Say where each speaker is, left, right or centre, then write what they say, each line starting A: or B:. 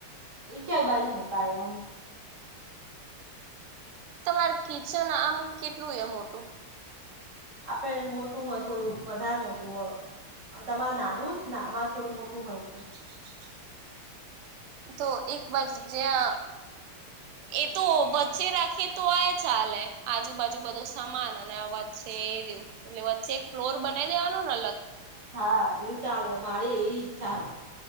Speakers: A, on the right (about 35°); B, on the right (about 80°).
A: એ ક્યાંય બાજુ મુકાય એમ.
B: તમારે કિચન આમ કેટલું એ મોટું,
A: આપે મોટું હથોડું, વધારે મોટું હોય તમાર નાનું હોયનામાં થોડું મોટું હોય એમતો.
B: <inaudible> તો એકબાજુ જ્યાં એતો વચ્ચે રાખીએ તો હોય ચાલે આજુબાજુ બધો સમાન અને આ વાત છે એ <unintelligible> એટલે વચ્ચે એક ફ્લોર બનાઈ દેવાનો ને અલગ.
A: હા એવું ચાલો મારી એવી ઈચ્છા હો.